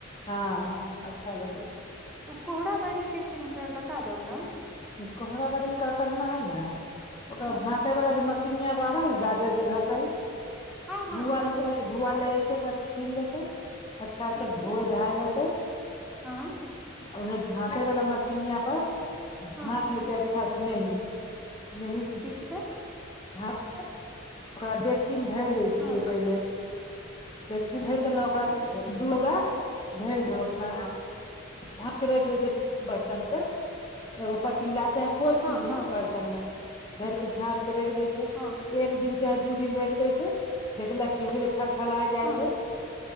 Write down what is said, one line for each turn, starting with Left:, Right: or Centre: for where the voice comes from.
Left: हँ अच्छा लगै छै
Centre: तऽ ओ कोहरा बरीके फेर हमरा बता दू ना
Left: कोहरा बरी का करना है न ओकरा
Centre: हँ
Left: झाँक पके वाला जे मशीनिया जे एगो आबे है गाजर जे <unintelligible>
Centre: हँ हँ
Left: धुआ
Centre: हँ
Left: लए एते ओकरा छिल लेते अच्छा
Centre: ठीक
Left: से
Centre: छै
Left: धोए धा लेतै
Centre: हँ
Left: उहै झाँकै वाला मशीनिया पर झाँक
Centre: हँ
Left: लेतै अच्छा से मेही मेही से
Centre: ठीक छै
Left: झाँ ओकरा डेकचीमे धरि दै छियै
Centre: हँ
Left: पहिले देखची धरि देल
Centre: अच्छा
Left: ओकरा दू धरि देलहु अपना झाँप के रखै द छै बत बर्तन से एगो पतीला चाहे कोई
Centre: हँ
Left: चीज
Centre: हँ
Left: मे बत बन मे धर के झाप के राखि दै छै
Centre: हँ
Left: एक दिन चाहे दू दिन राख देै छै देखलक की हो गेलै फल फलाइ जाइ
Centre: हँ
Left: छै